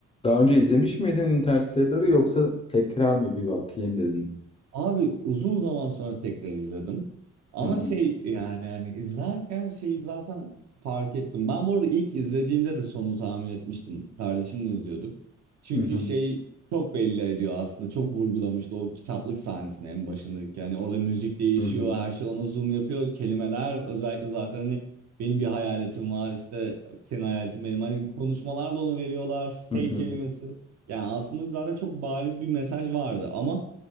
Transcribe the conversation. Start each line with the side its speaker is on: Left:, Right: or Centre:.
Left: Daha önce izlemiş miydin Interstellar'ı yoksa tekrar mı bir bakayım dedin?
Right: Abi uzun zaman sonra tekrar izledim. Ama
Left: Hı hı,
Right: şey yani yani izlerken şeyi zaten fark ettim. Ben bu arada ilk izlediğimde de sonu tahmin etmiştim. Kardeşimle izliyorduk. Çünkü
Left: hı hı,
Right: şey çok belli ediyor aslında. Çok vurgulamıştı o kitaplık sahnesini en başındaki. Yani orada müzik değişiyor,
Left: hı hı,
Right: her şey ona zoom yapıyor. Kelimeler özellikle zaten hani benim bir hayaletim var işte senin hayaletin benim. Hani konuşmalarla onu veriyorlar. Stay
Left: hı hı.
Right: kelimesi. Yani aslında zaten çok bariz bir mesaj vardı ama